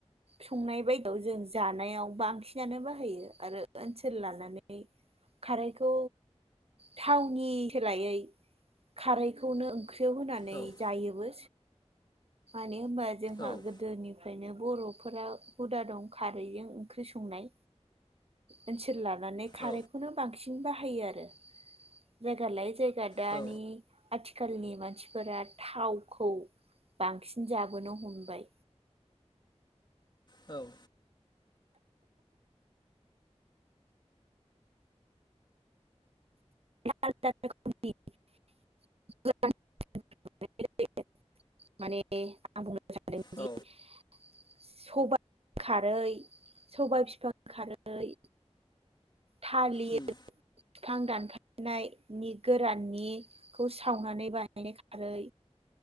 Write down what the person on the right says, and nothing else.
संनाय बायदियाव जों जानायाव बांसिनानो बाहायो आरो ओनसोल लानानै खारै खौ थावनि सोलायै खारखौनो। ओंख्रियाव होनानै
जायोबो। मानो होनबा जोंहा
गोदोनि। ओंखायनो बरफोरा हुदा दं खारैजों ओंख्रि संनाय ओनसोल। खौनो
बांसि बांसिन बाहायो आरो जायगा लायै जायगा। दानि
आथि। आथिखालनि मानसिफोरा थावखौ बांसिन जाबोनो हमबाय।
<unintelligible> <unintelligible> माने <unintelligible>
<unintelligible> सबाय खारै सबाय बिफां खारै। थालिर।
बिफां दानफायनायनि गोराननिखौ सावनानै बाहायनाय खारै।